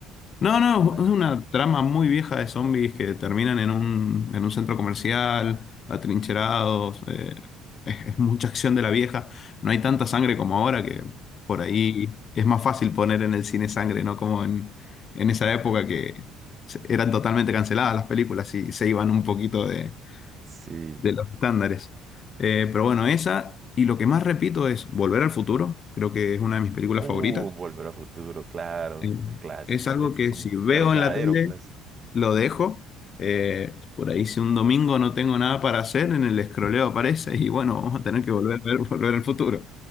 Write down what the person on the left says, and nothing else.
No,
no,
es una trama muy vieja de zombies que terminan en un, en un centro comercial, atrincherados. eh, <laughs> es, es mucha acción de la vieja. No hay tanta sangre como ahora que por ahí es más fácil poner en el cine sangre, ¿no? Como en, en esa época que se- eran totalmente canceladas las películas y se iban un poquito de,
de los estándares. Eh, pero bueno, esa. Y lo que más repito es Volver al Futuro. Creo que es una de mis películas
favoritas.
Eh,
Es algo
que
si veo
en la tele
lo dejo. Eh, por ahí si un domingo no tengo nada para hacer, en el escroleo aparece y bueno, vamos a tener que volver a ver <laughs> Volver al Futuro.